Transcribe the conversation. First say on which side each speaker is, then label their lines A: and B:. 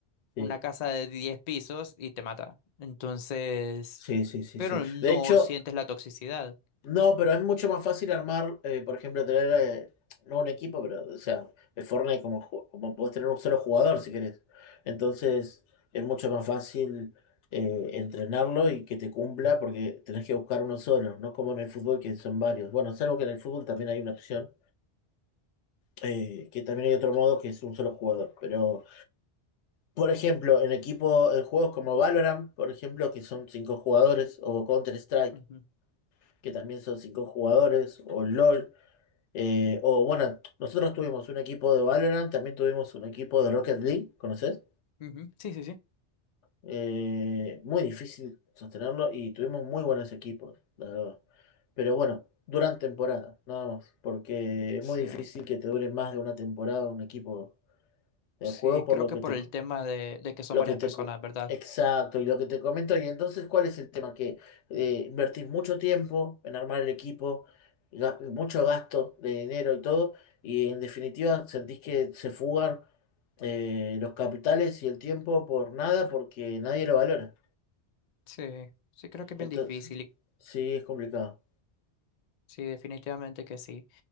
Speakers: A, on the left (about 85°); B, on the left (about 55°).
A: sí,
B: una casa de 10 pisos y te mata. Entonces,
A: sí, sí, sí,
B: pero
A: sí.
B: no
A: De hecho,
B: sientes la toxicidad.
A: No, pero es mucho más fácil armar, eh, por ejemplo, tener, eh, no un equipo, pero, o sea, en Fortnite como, ju- como podés tener un solo jugador si querés. Entonces, es mucho más fácil eh, entrenarlo y que te cumpla porque tenés que buscar uno solo, no como en el fútbol que son varios. Bueno, salvo que en el fútbol también hay una opción, eh, que también hay otro modo que es un solo jugador. Pero, por ejemplo, en equipo, en juegos como Valorant, por ejemplo, que son cinco jugadores, o Counter-Strike,
B: Ujú,
A: que también son cinco jugadores, o LOL Eh, o bueno, nosotros tuvimos un equipo de Valorant, también tuvimos un equipo de Rocket League, ¿conoces?
B: ujú. Sí, sí, sí.
A: Eh, muy difícil sostenerlo y tuvimos muy buenos equipos, la verdad. Pero bueno, duran temporada, nada más, porque es
B: Sí,
A: muy difícil que te dure más de una temporada un equipo de
B: sí,
A: juego, por
B: creo
A: lo
B: que
A: que
B: por
A: te,
B: el tema de, de que son
A: Lo
B: varias
A: que te...
B: personas,
A: co-
B: ¿verdad?
A: Exacto, y lo que te comento, y entonces, ¿cuál es el tema? Que eh, invertís mucho tiempo en armar el equipo, y ga- mucho gasto de dinero y todo, y en definitiva sentís que se fugan eh, los capitales y el tiempo por nada porque nadie lo valora.
B: Sí, sí creo que es bien
A: Entonces,
B: difícil. y
A: sí, es complicado.
B: Sí, definitivamente que sí.